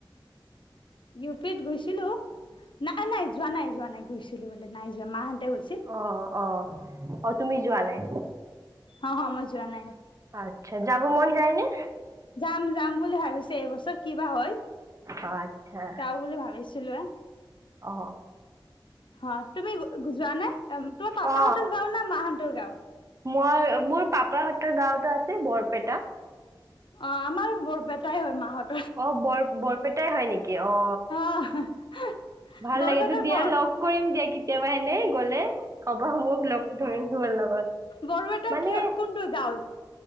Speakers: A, on the left; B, on the right.
A: ইউ পিত গৈছিলোঁ, নাই নাই যোৱা নাই যোৱা নাই, গৈছিলোঁ বোলে নাই যোৱা, মাহঁতে গৈছিলে।
B: অ', অ', অ' তুমি যোৱা নাই।
A: অ' হ মই যোৱা নাই।
B: আচ্ছা, যাব মন যায়নে?
A: যাম যাম বুলি ভাবিছোঁ। এইবছৰ কিবা হয়,
B: অ আচ্ছা
A: যাও বুলি ভাবিছিলোঁৱে।
B: অ
A: অ' তুমি যোৱা নে, তোমাৰ পাপাহতৰ
B: অ
A: গাওঁ না মাহঁতৰ গাঁৱত?
B: মই মোৰ পাপাহঁতৰ গাঁওতো আছে বৰপেটা।
A: অ' আমাৰ বৰপেটাই হয় মাহত।
B: অ' বৰ বৰপেটাই হয় নেকি অ'।
A: <unintelligible>
B: ভাল
A: বৰপেটা
B: লাগে তো দিয়া
A: ক'ত
B: লগ কৰিম দিয়া কেতিয়াবা এনে গ'লে, কবা মোক লগ ধৰিম তোমাৰ লগত।
A: বৰবেটা
B: মানে
A: কি কোনটো গাঁৱত?